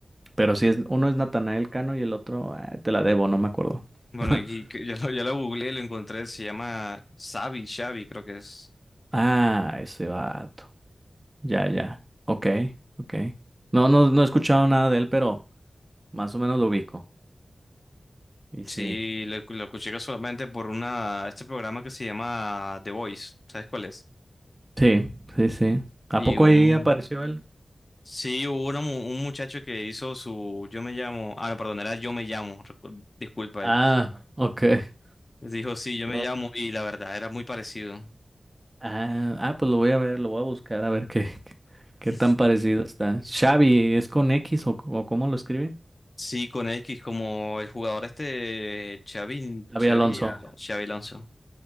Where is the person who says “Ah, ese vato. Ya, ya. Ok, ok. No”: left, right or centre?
Right